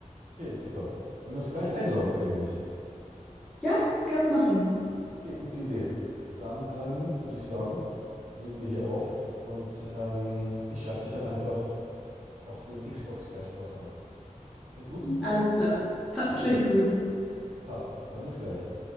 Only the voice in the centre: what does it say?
Ja, können wir machen.
Alles klar. <laughs>
Klingt gut.